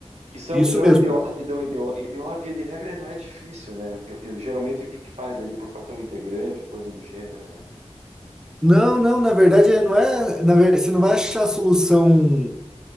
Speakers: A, on the right; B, in the centre.
A: e
B: isso
A: são, e
B: mesmo.
A: dão EDO, e dão EDO, EDO via de regra não é difícil, né, o que, o que- geralmente o que que faz ali por fator integrante ou coisa do gênero, né.
B: Não, não, na verdade não é, na verdade, você não vai achar a solução